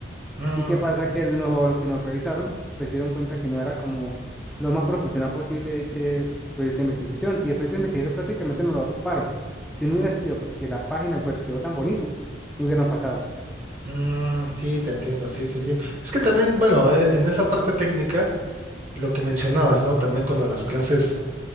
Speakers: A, on the right; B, in the centre.
A: Mm,
B: ¿Y qué pasa? Que lo- los que nos revisaron, pues se dieron cuenta que no era como lo más profesional posible ese proyecto de investigación. Y el proyecto de investigación prácticamente nos lo rasparon. Si no hubiera sido porque la página web quedó tan bonita, no hubieran pasado.
A: mm, sí, te entiendo, sí, sí, sí. Es que también, bueno, e- en esa parte técnica, lo que mencionabas, ¿no? También cuando las clases